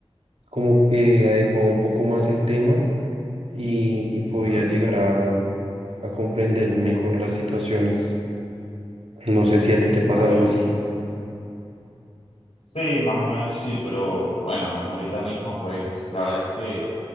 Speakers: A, on the right; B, on the left.
A: como que adecuaba un poco más el tema y, y podía
B: Ujú.
A: llegar a, a comprender mejor las situaciones. No sé si a ti te pasa
B: vale.
A: algo así.
B: Sí, más o menos sí, pero bueno, ahorita mismo pues la verdad es que